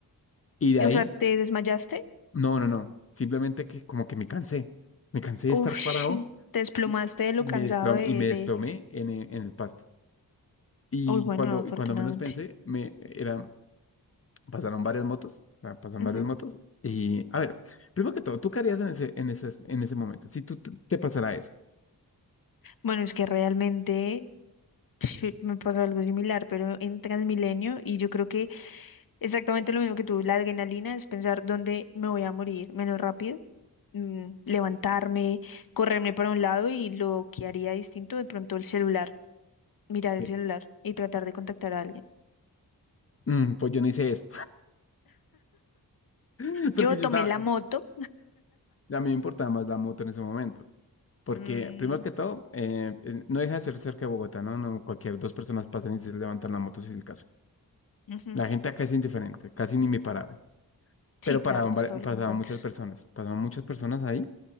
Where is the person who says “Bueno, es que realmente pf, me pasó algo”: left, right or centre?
Left